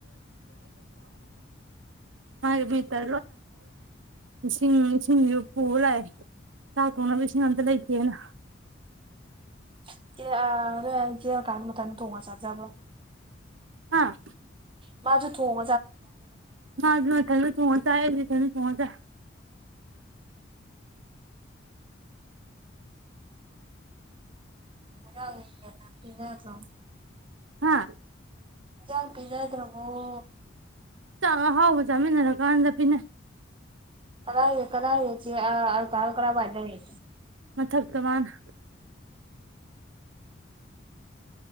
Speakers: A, on the right; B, on the right.
A: ꯃꯥꯏ ꯃꯤꯠꯀ ꯏꯁꯤꯡ ꯏꯁꯤꯡꯁꯨ ꯄꯨꯕ ꯂꯥꯛꯑꯦ ꯆꯥꯛ ꯊꯣꯡꯅꯕ ꯏꯁꯤꯡ ꯑꯝꯇ ꯂꯩꯇꯦꯅ
B: <unintelligible> ꯊꯣꯡꯉ ꯆꯥꯖꯕꯔ
A: ꯍꯥꯥ
B: ꯃꯥꯖꯨ ꯊꯣꯡ
A: ꯃꯥ ꯃ ꯊ ꯆ ꯊ <unintelligible> ꯍꯗ
B: ꯑꯣꯔꯅꯣ
A: ꯍꯥꯥ
B: ꯆꯥꯡ ꯄꯤꯅꯗ꯭ꯔꯕꯣ
A: ꯑ ꯑꯍꯥꯎꯕ ꯆꯥꯃꯤꯟꯅꯔꯀꯥꯟꯗ ꯄꯅꯦ
B: ꯀꯗꯥ ꯍꯥꯏ ꯀꯗꯥ ꯍꯥꯏꯁꯤ ꯀ ꯀꯔꯕꯥꯥꯏꯂ ꯍꯥꯏ
A: ꯃꯊ ꯇꯃꯅ